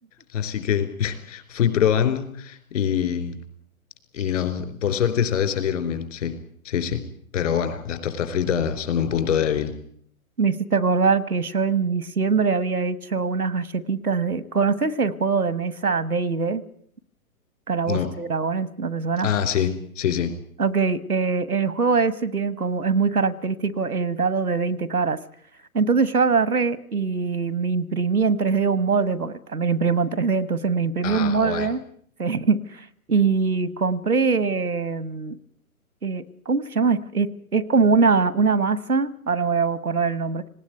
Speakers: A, on the left; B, on the right.
A: Así que <laughs> fui probando y, y no, por suerte esa vez salieron bien, sí, sí, sí. Pero bueno, las tortas fritas son un punto débil.
B: Me hiciste acordar que yo en diciembre había hecho unas galletitas de... ¿Conoces el juego de mesa d y d Calabozos
A: No.
B: y Dragones, ¿no te suena?
A: Ah, sí, sí, sí.
B: Ok, eh, el juego ese tiene como, es muy característico el dado de 20 caras. Entonces yo agarré y me imprimí en tres d un molde, porque también imprimo en tres d entonces me imprimí
A: Ah,
B: un molde,
A: bueno.
B: <laughs> sí, y compré, em, eh, ¿cómo se llama? Es, es- es como una, una masa, ahora me voy a acordar el nombre,